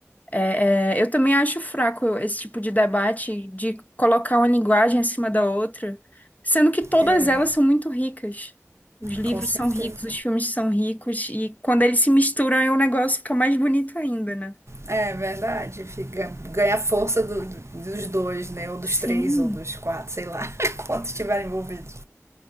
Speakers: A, on the left; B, on the right.
A: É, é, eu também acho fraco esse tipo de debate de colocar uma linguagem acima da outra, sendo que todas
B: é,
A: elas são muito ricas. Os livros
B: com certeza.
A: são ricos, os filmes são ricos, e quando eles se misturam, aí o negócio fica mais bonito ainda, né?
B: É verdade, fica, ganha força do- do- dos dois, né? Ou dos
A: Sim,
B: três, ou dos quatro, sei lá, <laughs> quantos estiverem envolvidos.